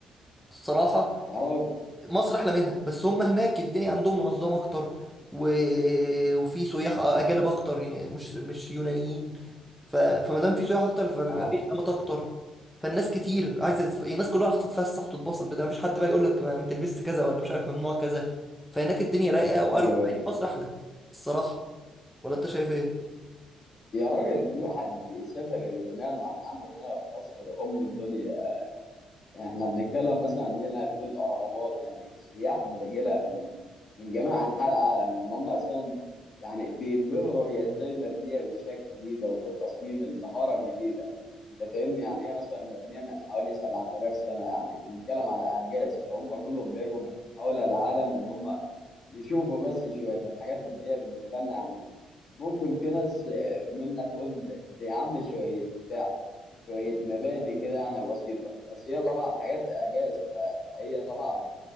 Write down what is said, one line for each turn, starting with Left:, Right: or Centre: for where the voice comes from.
Centre: الصراحه
Left: يا راجل
Centre: مصر احلى منها بس هم هناك الدنيا عندهم منظمه اكتر و... وفي سياح اجانب اكتر يعني مش مش يونانيين ف... فما دام في سياح اكتر فبيبقى
Left: اه
Centre: في خدمات اكتر فالناس كتير عايزه تتف... يعني الناس كلها راح تتفسح وتتبسط بتاع مفيش حد بقى يقول لك ما ما تلبسش كذا ولا مش عارف ممنوع كذا فهناك الدنيا رايقه واروق
Left: ايوه
Centre: مع
Left: ايوه
Centre: إن مصر احلى الصراحه ولا انت شايف ايه
Left: يا راجل في واحد سافر اليونان واحنا عندنا هنا في مصر ام الدنيا يعني احنا بنتكلم مثلا عن هنا في الاهرامات يعني السياح بتجي لها من من جميع انحاء العالم يعني هم اساسا يعني بينبهروا هي ازاي مبنيه بالشكل دي ده وبالتصميم الهرمي دي ده انت فاهمني يعني هي مثلا مبنيه من حوالي 7000 سنه يعني بنتكلم على اعجاز فهم كلهم بيجوا من حول العالم ان هم يشوفوا بس شويه الحاجات اللي هي بالنسبه لنا يعني ممكن في ناس منا تقول ده يا عم شويه بتاع شوية مباني كده يعني بسيطة بس هي طبعا حاجات إعجاز ف- فهي طبعا